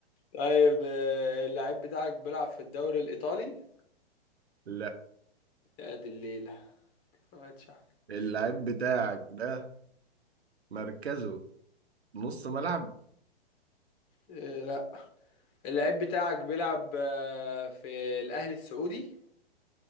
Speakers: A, on the left; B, on the right.
A: طيب آه، اللعيب بتاعك بيلعب في الدوري الايطالي
B: لا
A: يا دي الليله قاعد شعر
B: اللعيب بتاعك ده مركزه نص ملعب
A: آه، لا اللعيب بتاعك بيلعب آه، في الاهلي السعودي